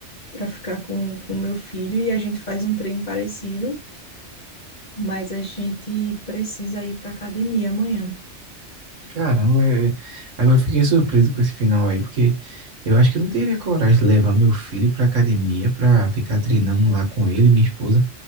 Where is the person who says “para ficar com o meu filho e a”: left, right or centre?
Left